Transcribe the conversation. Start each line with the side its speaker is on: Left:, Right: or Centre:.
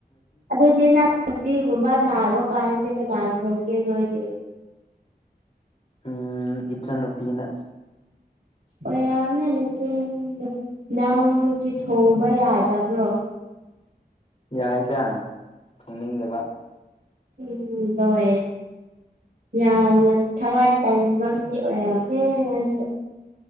Right: ꯑꯗꯨꯗꯤ ꯅꯪ ꯅꯨꯄꯤꯒꯨꯝꯕ ꯅꯥꯕ ꯀꯥꯟꯗꯤ ꯀꯅꯥꯅ ꯊꯣꯡꯒꯦ ꯅꯣꯏꯒꯤ
Left: ꯎꯝ ꯏꯆꯟꯅꯨꯄꯤꯅ
Right: ꯑꯣꯔꯝꯅꯤ ꯅꯆꯟꯗꯣ ꯅꯪꯗꯤ ꯊꯣꯡꯕ ꯌꯥꯗꯕ꯭ꯔꯣ
Left: ꯌꯥꯏꯗ ꯊꯣꯡꯅꯤꯡꯗꯕ
Right: ꯎꯝ ꯇꯧꯋꯦ ꯌꯥꯝꯅ ꯊꯕꯛ ꯇꯟꯕ ꯃꯤ ꯑꯣꯏꯔꯝꯅꯤ ꯃꯥꯁꯨ